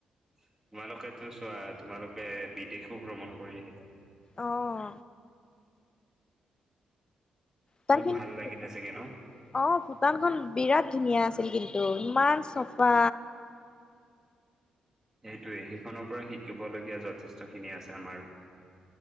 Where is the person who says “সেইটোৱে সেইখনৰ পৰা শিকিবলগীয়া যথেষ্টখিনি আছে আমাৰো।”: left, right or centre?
Right